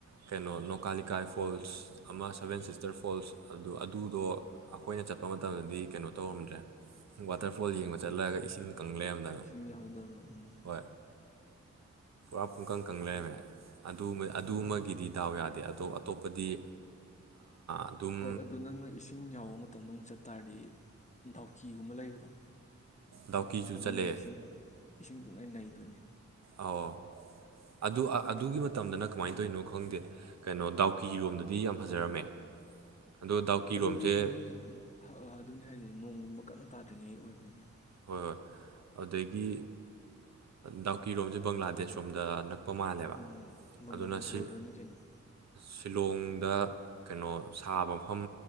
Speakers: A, on the right; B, on the left.
A: ꯀꯩꯅꯣ ꯅꯣꯀꯥꯂꯤꯀꯥꯏ ꯐꯣꯜꯁ ꯑꯃ ꯁꯕꯦꯟ ꯁꯤꯁꯇꯔ ꯐꯣꯜꯁ ꯑꯗꯨ ꯑꯗꯨꯗꯣ ꯑꯩꯈꯣꯏꯅ ꯆꯠꯄ ꯃꯇꯝꯗꯗꯤ ꯀꯩꯅꯣ ꯇꯧꯔꯝꯗ꯭ꯔꯦ ꯋꯥꯇꯔꯐꯣꯜ ꯌꯦꯡꯕ ꯆ ꯆꯠꯂꯒ ꯏꯁꯤꯡ ꯀꯪꯂꯦ ꯑꯃꯗꯅ
B: ꯏꯁꯤꯡ ꯌꯥꯎꯗꯕ ꯎꯝ
A: ꯍꯣꯏ ꯑꯞ ꯏꯀ ꯀꯪ ꯂꯩꯦꯃꯦ ꯑꯗꯨ
B: ꯎꯝ
A: ꯑꯗꯨꯃꯗꯤ ꯗꯥꯎ ꯌꯥꯗꯦ ꯑꯗꯣ ꯑꯇꯣꯞꯄꯗꯤ ꯑꯗꯨꯝ
B: ꯍꯣꯏ ꯑꯗꯨ ꯅꯪꯅ ꯏꯁꯤꯡ ꯌꯥꯎꯕ ꯃꯇꯝꯗꯣ ꯑꯃꯨꯛ ꯆꯠꯇꯥꯥꯔꯗꯤ ꯗꯥꯎꯀꯤꯒꯨꯝꯕ ꯂꯩꯕꯗꯣ
A: ꯗꯥꯎꯀꯤꯁꯨ
B: ꯑꯗꯨ
A: ꯆꯠꯂꯦ
B: ꯅ ꯏꯁꯤꯡ ꯏꯁꯤꯡ ꯄꯨꯡꯂꯥꯏ ꯅꯥꯏ ꯑꯗꯨꯅꯦ
A: ꯑꯧ ꯑꯗꯨ ꯑꯗꯨꯒꯤ ꯃꯇꯝꯗꯅ ꯀꯃꯥꯏꯅ ꯇꯧꯔꯤꯅꯣ ꯈꯪꯗꯦ ꯀꯩꯅꯣ ꯗꯥꯎꯀꯤꯔꯣꯝꯗꯗꯤ ꯌꯥꯝ ꯐꯖꯔꯝꯃꯦ ꯑꯗꯣ ꯗꯥꯎꯀꯤꯔꯣꯝꯁꯦ
B: ꯑꯗꯨꯗꯤ ꯅꯣꯏ ꯑꯗꯨꯅꯤ ꯍꯥꯏꯁꯦ ꯅꯣꯡꯒꯨꯝꯕ ꯀꯟꯅ ꯇꯥꯗ꯭ꯔꯤꯉꯩ ꯑꯣꯏꯕ <inaudible>
A: ꯍꯣꯏ ꯍꯣꯏ ꯑꯗꯨꯗꯒꯤ ꯗꯥꯎꯀꯤꯔꯣꯝꯁꯦ ꯕꯪꯒ꯭ꯂꯥꯗꯦꯁ ꯔꯣꯝꯗ ꯃꯥꯜꯂꯦꯕ
B: ꯎꯝ ꯪꯒ꯭ꯂꯥꯗꯦꯁ
A: ꯑꯗꯨꯅ ꯁꯤ
B: ꯣꯔꯗꯔꯅꯤ ꯀꯩꯅꯩꯅꯣ
A: ꯁꯤꯂꯣꯡꯗ ꯀꯩꯅꯣ ꯁꯥꯕ ꯃꯐꯝ